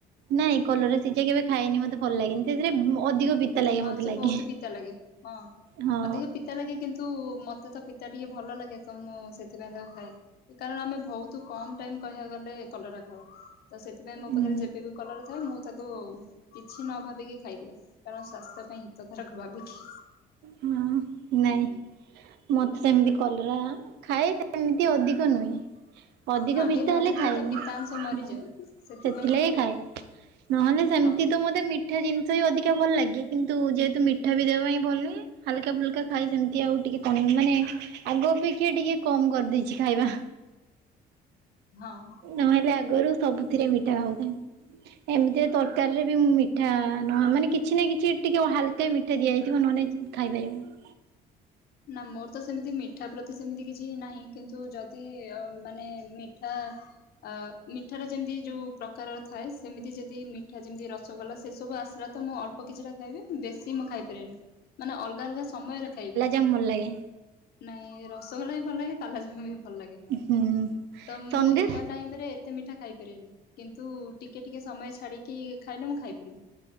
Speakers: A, on the right; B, on the left.
A: ନାଇଁ କଲରା ସିଝା କେବେ ଖାଇନି ମତେ ଭଲ ଲାଗେନି, ସେଥିରେ ଅଧିକ ଲାଗେ
B: ହଁ
A: ମତେ
B: ସେ
A: ଲାଗେ।
B: ବହୁତ ପିତା ଲାଗେ। ହଁ
A: ହଁ
B: ଅଧିକ ପି ପିତା ଲାଗେ। କିନ୍ତୁ ମତେ ତ ପିତା ଟିକେ ଭଲ ଲାଗେ ତ ମୁଁ ସେଥିପାଇଁ ତାକୁ ଖାଏ। ସେ କାରଣ ଆମେ ବହୁତ କମ ଟାଇମ କହିବାକୁ ଗଲେ କଲରା ଖାଉ। ତ ସେଥିପାଇଁ ମୋ
A: ହୁଁ
B: ପାଖରେ ଯେବେବି କଲରା ଥାଏ ମୁଁ ତାକୁ କିଛି ନ ଭାବିକି ଖାଇଦିଏ। କାରଣ ସ୍ୱାସ୍ଥ୍ୟ ପାଇଁ ହିତକାରକ ଭାବିକି
A: ହୁଁ, ନାଇଁ ମତେ ସେମିତି କଲରା ଖାଏ ସେମିତି ଅଧିକ ନୁହେଁ। ଅଧିକ
B: ହଁ
A: ପିତା
B: ଟିକେ ଭାଜିଦେଲେ
A: ହେଲେ ଖାଏନି
B: ତା ପିତାଂଶ
A: ହ
B: ମରିଯାଏ। ସେଥିପାଇଁ
A: ସେଥିଲାଗି
B: ଟିକେ ଭଲ
A: ଖାଏ।
B: ଲାଗେ
A: ନହେଲେ ସେମିତି
B: ହଁ
A: ତ ମତେ ମି ମିଠା ଜିନିଷ ହି ଅଧିକା ଭଲ ଲାଗେ। କିନ୍ତୁ ଯେହେତୁ ମିଠା ବି ଦେବା ପାଇଁ ଭଲ ନୁହେଁ, ହାଲକା ଫୁଲକା ଖାଇ ସେମିତି ଆଉ ଟିକିଏ ମାନେ ଆଗ ଅପେକ୍ଷା ଟିକିଏ କମ କରିଦେଇଛି ଖାଇବା।
B: ହଁ।
A: ନହେଲେ ଆଗରୁ ସବୁଥିରେ ମିଠା ଖାଉଥାନ୍ତି। ଏମିତିରେ ତରକାରୀ ରେ ବି ମୁଁ ମିଠା ନହ ମାନେ କିଛି ନା କିଛି ଟିକିଏ ହାଲକା ମିଠା ଦିଆଯାଇଥିବ ନହେଲେ ନାଇଁ ଖାଇପାରିବିନି।
B: ନା ମୋର ତ ସେମିତି ମିଠା ପ୍ରତି ସେମିତି କିଛି ନାହିଁ। କିନ୍ତୁ ଯଦି ମାନେ ମିଠା ଅ ମିଠା ର ଯେମିତି ଯୋଉ ପ୍ରକାର ଥାଏ। ସେମିତି ଯଦି ମିଠା ଯେମିତି ରସଗୋଲା ସେସବୁ ଆସିଲା ତ ମୁଁ ଅଳ୍ପ କିଛିଟା ଖାଇବି। ବେଶୀ ମୁଁ ଖାଇପାରିବିନି। ମାନେ ଅଲଗା ଅଲଗା ସମୟରେ ଖାଇବି।
A: ନାଁ ଭଲ ଲାଗେ।
B: ନାଇଁ ରସଗୋଲା ବି ଭଲ ଲାଗେ। କାଲାଜାମୁ ବି ଭଲ ଲାଗେ
A: ହୁଁ
B: ତ ମୁଁ
A: ସନ୍ଦେଶ
B: ଏକାଠି <unintelligible> ଟାଇମରେ ଏତେ ମିଠା ଖାଇପାରେନି, କିନ୍ତୁ ଟିକିଏ ଟିକିଏ ସମୟ ଛାଡ଼ିକି କି ଖାଇଲେ ମୁଁ ଖାଇପାରିବି।